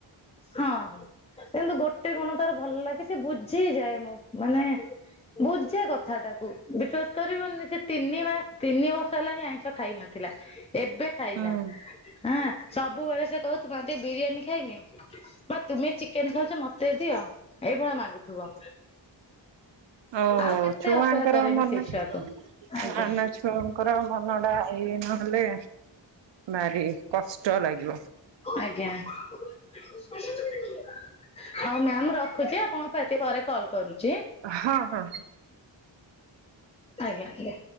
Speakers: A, on the left; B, on the right.
A: ହଁ। କିନ୍ତୁ ଗୋଟେ କଣ ତାର ଭଲ ଲାଗେ ସେ ବୁଝିଯାଏ ମ ମାନେ ବୁଝେ କଥା ଟାକୁ ବିଶ୍ଵାସ କରିବନି ସେ ତିନି ମାସ ତିନି ବର୍ଷ ହେଲାଣି ଆଇଁଷ ଖାଇ ନ ଥିଲା ଏବେ ଖାଇଲା
B: ହୁଁ
A: ହଁ ସବୁବେଳେ ସେ କହୁ ମ ଟେ ବିରିୟାନୀ ଖାଇମି ବା ତୁମେ ଚିକେନ ଖାଉଛ ମତେ ଦିଅ ଏଇଭଳିଆ ମାଗୁଥିବ।
B: ଓହୋ
A: ଆଉ କେତେ
B: ଛୁଆଙ୍କର
A: ଅପେକ୍ଷା କରେଇମି
B: ମନ।
A: ସେଇ
B: ନା
A: ଛୁଆକୁ ଆଜ୍ଞା।
B: ନା ଛୁଆଙ୍କର ମନଡା ଏଇ ନହେଲେ ଭାରି କଷ୍ଟ ଲାଗିବ।
A: ଆଜ୍ଞା। ହଉ ମ୍ୟାମ ମୁଁ ରଖୁଚି ଆପଣ ଆଉ ଟିକେ ପରେ କଲ୍ କରୁଚି।
B: ଅ ହଁ ହଁ।
A: ଆଜ୍ଞା।